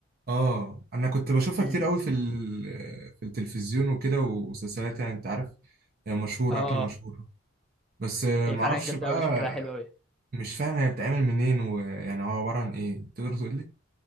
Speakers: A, on the right; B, in the centre.
A: اه انا كنت بشوفها
B: مم.
A: كتير قوي في ال- في التلفزيون وكده ومسلسلات يعني انت عارف هي مشهور
B: اه
A: اكله مشهوره
B: اه
A: بس آه،
B: هي
A: معرفش
B: فعلا جامده
A: بقى
B: قوي شكلها حلو قوي
A: مش فاهم هي بتتعمل منين ويعني هو عباره عن ايه تقدر تقول لي